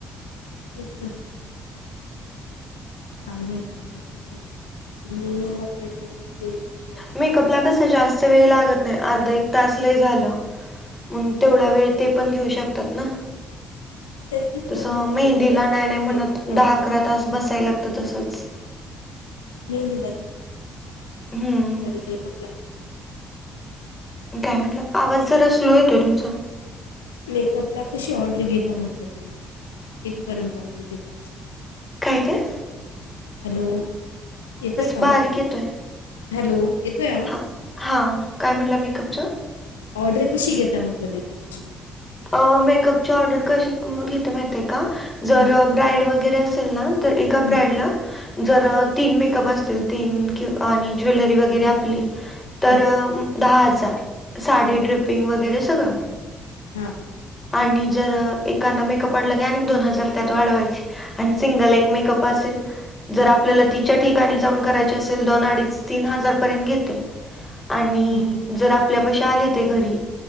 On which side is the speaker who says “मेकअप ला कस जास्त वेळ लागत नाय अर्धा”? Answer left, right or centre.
Left